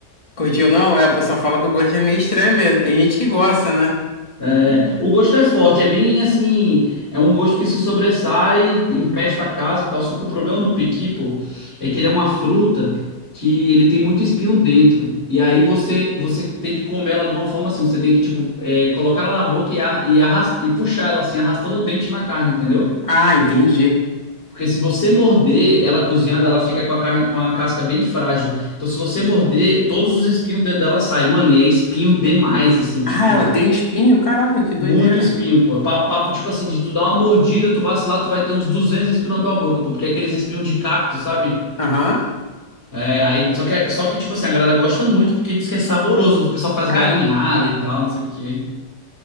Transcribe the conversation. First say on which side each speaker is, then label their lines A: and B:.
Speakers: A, on the left; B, on the left.
A: Curtiu ou não? É, o pessoal fala que o gosto é meio estranho mesmo. Tem gente que gosta, né?
B: É,
A: Hum.
B: o gosto é forte, é bem assim, é um gosto que se sobressai, empesta a casa e tal. Só que o problema do piqui, pô, é que ele é uma fruta que ele tem muito espinho dentro. E aí você você tem que comer ela de uma forma assim, você tem que tipo é, colocar ela na boca e, ar- e, arras- e puxar ela assim, arrastando o dente na carne, entendeu?
A: Ah, entendi.
B: Porque se você morder ela cozinhada, ela fica com a carne com a casca bem frágil. Então se você morder, todos os espinhos dentro dela saem, mano, e é espinho demais assim, tipo
A: Ah, ela tem espinho? Caraca, que doideira.
B: muito espinho, pô. É Pa- Papo, tipo assim, de tu dar uma mordida, tu vacilar, tu vai ter uns 200 espinhos na tua boca, pô. Porque é aqueles espinhos de cacto, sabe?
A: Aham.
B: É, aí, só que, é, só que, tipo assim, a galera gosta muito porque diz que é saboroso. O pessoal faz
A: Caramba.
B: galinhada e tal, não sei o quê.